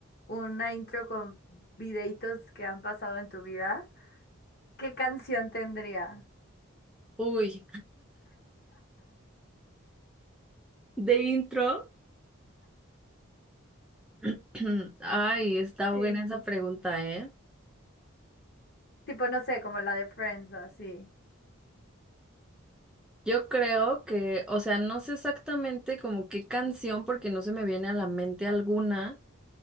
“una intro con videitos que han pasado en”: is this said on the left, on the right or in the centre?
Left